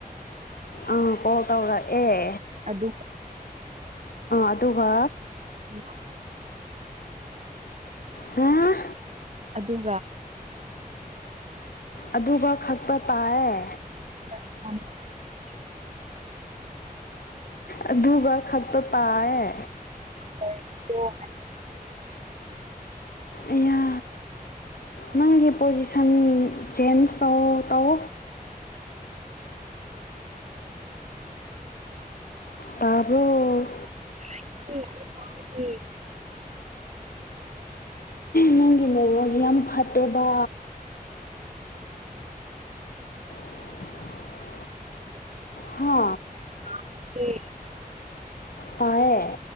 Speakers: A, on the left; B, on the right.
A: ꯑꯥ ꯀꯣ ꯇꯧꯗ ꯑꯦ
B: ꯑꯗꯨꯒ
A: ꯑꯗꯨꯒ
B: ꯎꯝ
A: ꯍꯥꯥ
B: ꯑꯗꯨꯒ
A: ꯑꯗꯨꯒ ꯈꯛꯛꯇ ꯄꯥꯏꯔꯦ
B: <unintelligible>
A: ꯑꯗꯨꯒ ꯈꯛꯇ ꯇꯥꯥꯏꯔꯦ
B: <unintelligible>
A: ꯑꯌꯥ ꯅꯪꯒꯤ ꯄꯣꯖꯤꯁꯟ ꯆꯦꯟꯖ ꯇꯧ ꯇꯧ ꯇꯥꯔꯕꯣ
B: <unintelligible>
A: ꯅꯪꯒꯤ ꯅꯒꯤ ꯌꯥꯝ ꯐꯠꯇꯦꯕ <unintelligible> ꯍꯥ
B: <unintelligible>
A: ꯇꯌꯦꯜ